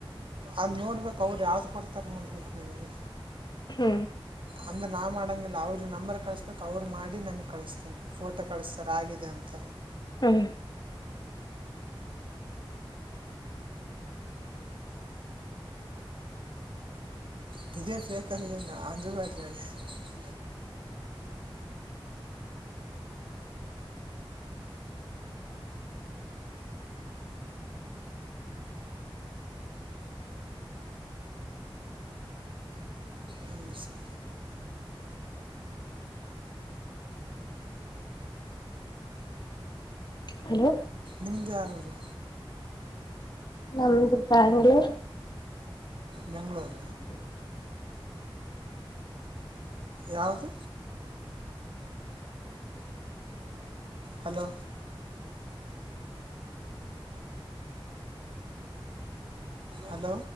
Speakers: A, on the right (about 65°); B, on the left (about 50°).
A: ಅದು ನೋಡ್ಬೇಕು ಅವ್ರು ಯಾವ್ದು ಕೊಡ್ತಾರೆ ನೋಡ್ಬೇಕು ನಿಮ್ಗೆ
B: ಹು
A: ಅಂದ್ರ ನಾ ಮಾಡಂಗಿಲ್ಲ ಅವ್ರ ನಂಬರ್ ಕಳಸ್ಬೇಕ್ ಅವ್ರು ಮಾಡ್ ನನಿಗ್ ಕಳಿಸ್ತಾರೆ ಫೋಟೋ ಕಳಿಸ್ತಾರೆ ಆಗಿ ಜಂತ
B: ಹ್ಮ
A: ನಿಜೆ ಸೇಕಲ್ಲ ಅಜುಬತಣ <unintelligible> ಉ ಸ <inaudible>
B: ಹಲೋ
A: ನಿಮ್ದ್ ಯಊರು
B: ನಮ್ದು ಬ್ಯಾಂಗ್ಳೂರ್
A: ಬೆಂಗ್ಳೂರ್
B: ಹ <inaudible>
A: ಯವುದು ಹಲೋ ಹಲೋ